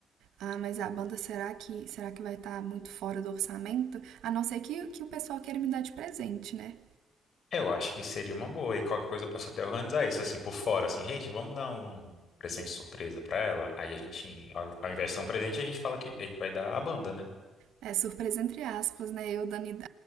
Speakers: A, on the right (about 80°); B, on the left (about 55°).
A: Ah, mas a banda será que será que vai estar muito fora do orçamento? A não ser que, que o pessoal queira me dar de presente, né?
B: Eu acho que seria uma boa. E qualquer coisa eu posso até organizar isso, assim, por fora. Assim, gente, vamos dar um presente surpresa pra ela. Aí a gente, ao ao invés de ser um presente, a gente fala que a gente vai dar a banda, né?
A: É surpresa entre aspas, né? Eu, Dani, <laughs>